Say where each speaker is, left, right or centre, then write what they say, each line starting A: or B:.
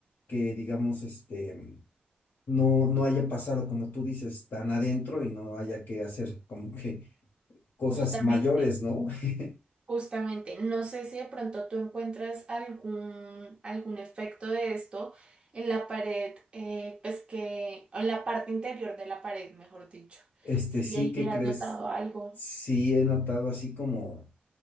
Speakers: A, on the left (about 85°); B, on the right (about 30°).
A: que digamos, este, no, no haya pasado, como tú dices, tan adentro y no haya que hacer como que cosas
B: Justamente.
A: mayores, ¿no? <laughs>
B: Justamente, no sé si de pronto tú encuentras algún, algún efecto de esto en la pared, eh, pues que, o en la parte interior de la pared, mejor dicho.
A: Este,
B: Si
A: sí
B: ahí
A: que
B: has
A: crees,
B: notado algo.
A: sí he notado así como,